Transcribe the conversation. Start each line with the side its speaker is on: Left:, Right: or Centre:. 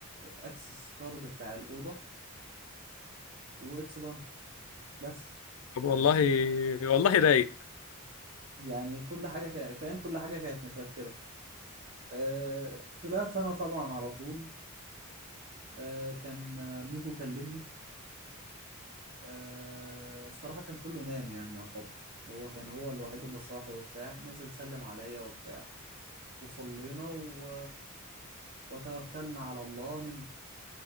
Right: اكسس كارد بتاع الاوضه واتس دان بس
Left: طب
Right: ما-
Left: والله والله رايق
Right: يعني كل حاجه كان فاهم كل حاجه كانت مترتبه أه... طلعت انا طبعا على طول آه، كان آه، ميجو كلمني آه، الصراحة كان كله نام يعني يعتبر هو كان هو الوحيد اللي صاحي وبتاع نزل سلم عليا وبتاع وصلينا و... وتوكلنا على الله نمنا